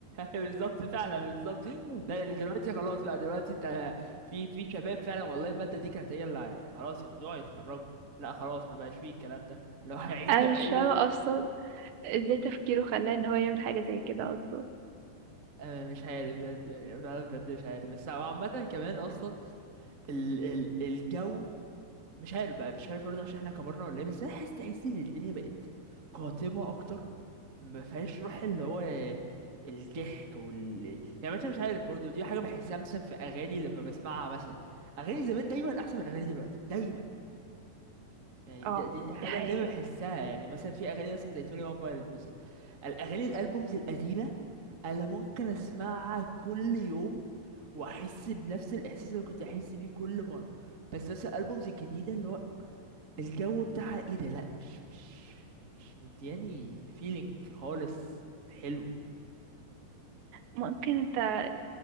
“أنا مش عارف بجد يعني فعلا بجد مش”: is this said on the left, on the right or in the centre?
Right